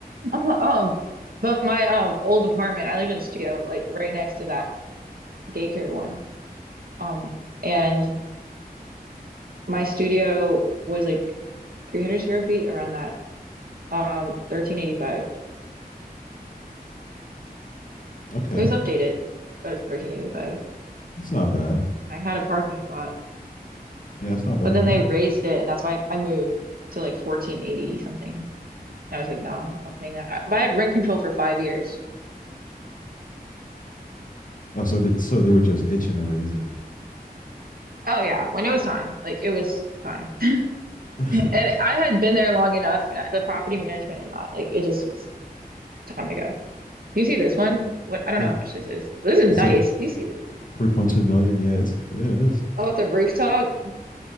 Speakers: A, on the right; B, on the left.
A: like, um, but my um old apartment, I lived in a studio like right next to that daycare one. Um, and my studio was like 300 square feet around that. Um, 1385.
B: Okay.
A: It was updated, but it was 1385,
B: It's not bad.
A: and I had a parking spot.
B: Yeah, it's not bad
A: But then
B: at
A: they
B: all.
A: raised it, and that's why I moved to like 1480 something. And I was like, nah, I'm not paying that. but I had rent control for five years.
B: Oh, so they, so they were just itching to raise it.
A: Oh yeah, when it was time, like it was time. <laughs>
B: <laughs>
A: And I had been there long enough, and I- the property management and that, like it just was time to go. Do you see this one? What I don't
B: yeah,
A: know how much this is, but this is
B: it's
A: nice.
B: a
A: Do you see this?
B: 3.2 million. Yeah, it's yeah, it is.
A: Oh, at the rooftop.